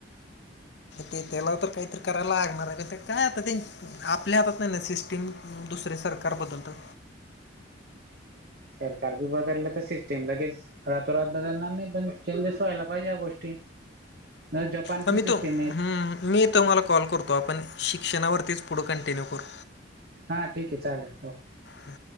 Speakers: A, on the left; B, on the right.
A: ते त्याला तर काहीतरी करायला लागणार आहे पण ते काय आता त् आपल्या हातात नाही ना सिस्टीम दुसरे सरकार बद्दलत.
B: सरकार बी बदललं तर सिस्टीम लगेच रातोरात बदलणार नाही पण चेंजेस व्हायला पाहिजे या गोष्टी. जपानची
A: हा मी
B: सिस्टीम
A: तो
B: आहे
A: हम्म मी तुम्हाला कॉल करतो आपण शिक्षणावरतीच पुढं कंटिन्यू करू
B: हा ठीक आहे चालेल हो.
A: हा.